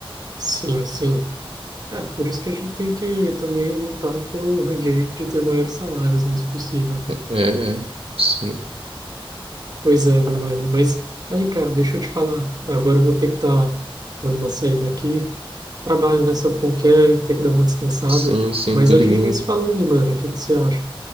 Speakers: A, on the right; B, on the right.
A: Sim, sim. É, por isso que a gente tem que também lutar pelo direito de ter maiores salários, né, se possível.
B: É, é. sim,
A: Pois é, meu mano. Mas aí, cara, deixa eu te falar. Agora eu vou ter que estar dando uma saída aqui. Trabalho, né? Sabe como que é? Ter que dar uma descansada.
B: sim, sim,
A: Mas
B: tô
A: a
B: ligando
A: gente vai se falando, mano. O que que você acha?